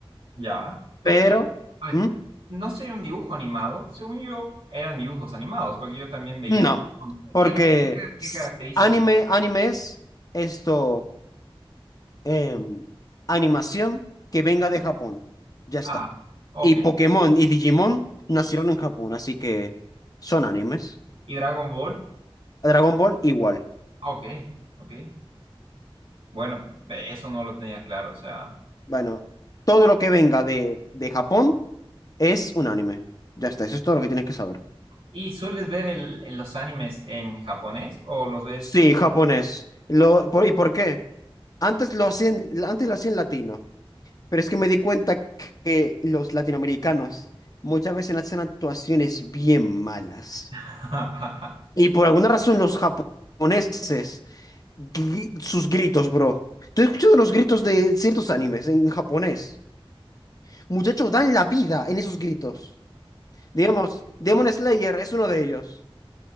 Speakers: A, on the right (about 90°); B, on the left (about 40°).
A: Ya. Pero,
B: Pero,
A: y, a
B: ¿mm?
A: ver, no sería un dibujo animado. Según yo, eran dibujos animados, porque yo también veía.
B: no, porque
A: ¿Qué, lo- qué, ca- qué
B: s-
A: caracteriza
B: anime,
A: al anime?
B: animes, esto, em, animación que venga de Japón, ya está.
A: Ah, ok.
B: Y Pokémon y Digimon nacieron en Japón, así que son animes.
A: ¿Y Dragon Ball?
B: Dragon Ball igual.
A: Ah, Ok, ok. Bueno, ve, eso no lo tenía claro, o sea.
B: Bueno, todo lo que venga de, de Japón es un anime. Ya está, eso es todo lo que tienes que saber.
A: ¿Y sueles ver el, el- los animes en japonés o los ves?
B: Sí, japonés. Lo, por- ¿y por qué? Antes lo hacían, antes lo hacían latino, pero es que me di cuenta que los latinoamericanos muchas veces hacen actuaciones bien malas.
A: <laughs>
B: Y por alguna razón los japoneses, gri- sus gritos, bro. ¿Tú has escuchado los gritos de ciertos animes en japonés? Muchachos, dan la vida en esos gritos. Digamos, Demon Slayer es uno de ellos.